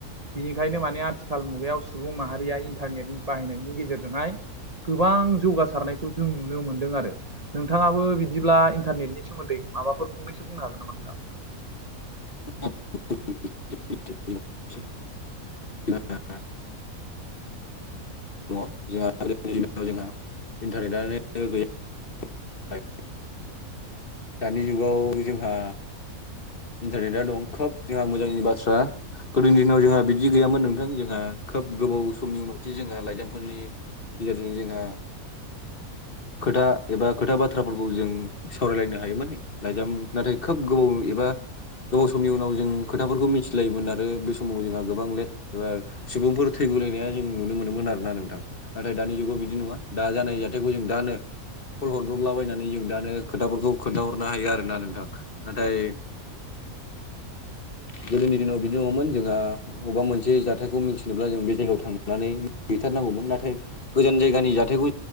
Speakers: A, on the right; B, on the left.
A: बिनिखायनो माने आथिखाल मुगायाव सुबुं माहारिया इन्टारनेटनि बाहायनायनि गेजेरजोंहाय गोबां जौगासारनायखौ जों नुनो मोनदों आरो। नोंथाङाबो बिदिब्ला इन्टारनेटनि सोमोन्दै माबाफोर फंनैसो बुंनो हागोन नामा नोंथा?
B: <unintelligible> <unintelligible> <unintelligible> जोंहा इन्टारनेटनो गैया <unintelligible> दानि जुगाव जोंहा इन्टारनेटआ दं खोब जोंहा मोजांनि बाथ्रा। गोदोनि दिनाव जोंहा बिदि गैयामोन नोंथां जोंहा खोब गोबाव समनि उनावसो जोंहा लाइजामफोरनि गेजेरजों जोंहा खोथा एबा खोथा बाथ्राफोरखौ जों सावरायलायनो हायोमोन। लाइजाम नाथाय खोब गोबौ एबा गोबाव समनि उनाव जों खोथाफोरखौ मिथिलायोमोन आरो बे समाव जोंहा गोबां लेट एबा सुबुंफोर थैगुलायनाया जों नुनो मोनोमोन आरोना नोंथां। नाथाय दानि जुगाव बिदि नङा। दा जानाय जाथायखौ जों दानो कल हरब्रबलाबायनानै जों दानो खोथाफोरखौ खोन्थाहरनो हायो आरोना नोंथां। नाथाय गोदोनि दिनाव बिदि नङामोन जोंहा अबबा मोनसे जाथायखौ मिथिनोब्ला जों बे जायगायाव थांनानै हैथारनांगौमोन। नाथाय गोजान जायगानि जाथायखौ